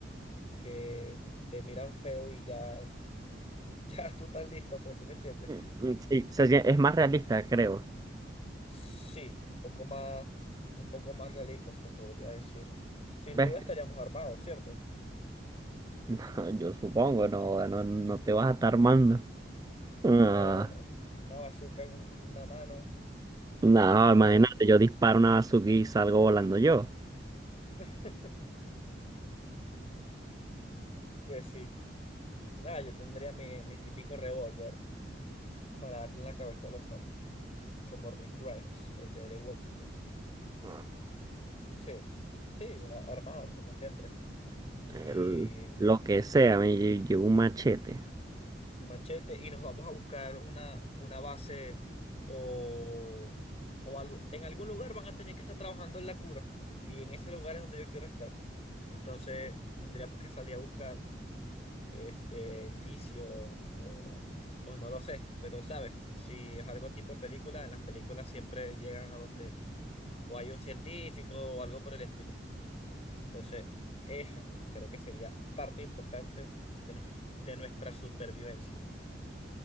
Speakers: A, on the left; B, on the right.
A: que te miran feo y ya, <laughs> ya tú estás listo, pues, ¿sí me entiendes?
B: Mm, Sí, se sien- es más realista, creo.
A: Sí, un poco más, un poco más realista se podría decir. Sin
B: ¿Ves?
A: duda estaríamos
B: <laughs>
A: armados, ¿cierto?
B: No, yo supongo, no, no, no te vas a estar armando. Ah,
A: No, una bazooka en una mano
B: no,
A: y una
B: imagínate,
A: baja.
B: yo disparo una bazooka y salgo volando yo.
A: <laughs> Pues sí. Nada, yo tendría mi, mi típico revólver. para darle en la cabeza a los zombies, como Rick Grimes, el de The Walking Dead.
B: Ah,
A: Sí, sí, a- armado, como siempre. Y
B: el- lo que sea, me lle- llevo un machete.
A: un machete, y nos vamos a buscar una, una base o, o algo. En algún lugar van a tener que estar trabajando en la cura, y en ese lugar es donde yo quiero estar. Entonces tendríamos que salir a buscar este indicios o, o no lo sé, pero sabes, si es algo tipo película, en las películas siempre llegan a donde o hay un científico o algo por el estilo. Entonces, eso creo que sería parte importante de nuestro- de nuestra supervivencia.